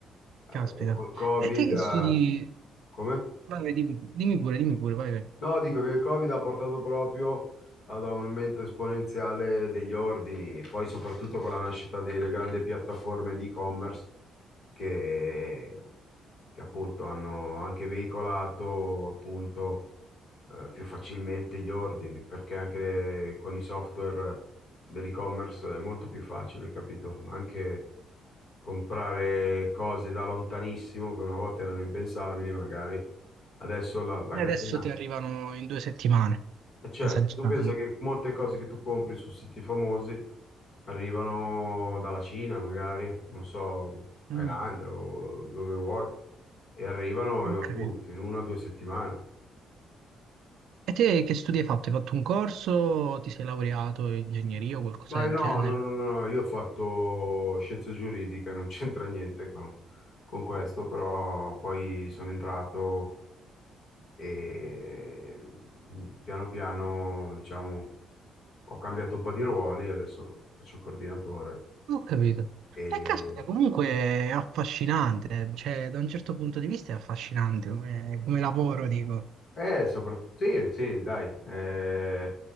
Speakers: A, on the left; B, on the right.
A: eh,
B: Caspita.
A: col Covid,
B: E te che
A: eh,
B: studi?
A: come?
B: Vai, vai, dimmi, dimmi pure, dimmi pure, vai, vai.
A: No, dico che il Covid ha portato proprio ad un aumento esponenziale degli ordini, poi soprattutto con la nascita delle grandi piattaforme di e-commerce che, che appunto hanno anche veicolato appunto eh, più facilmente gli ordini, perché anche le- con i software dell'e-commerce è molto più facile, capito? Anche comprare cose da lontanissimo che una volta erano impensabili, magari adesso la la
B: E
A: catena.
B: Adesso ti arrivano in due settimane,
A: E certo,
B: esagerati.
A: tu pensa che molte cose che tu compri su siti famosi arrivano dalla Cina, magari, non so, Thailandia
B: Mm,
A: o dove vuoi, e arrivano
B: ok.
A: appunto in una o due settimane.
B: E te che studi hai fatto? Hai fatto un corso? Ti sei laureato in ingegneria o qualcosa
A: Ma
B: del
A: io no,
B: genere?
A: no, no, no, io ho fatto scienze giuridiche, non <laughs> c'entra niente con, con questo, però poi sono entrato e mm, piano piano, diciamo, ho cambiato un po' di ruoli, adesso faccio il coordinatore
B: Non ho capito.
A: e
B: E caspita, comunque è affascinante, eh. cioè da un certo punto di vista è affascinante come, come lavoro, dico.
A: Eh, soprattutto, sì, sì, dai, eh,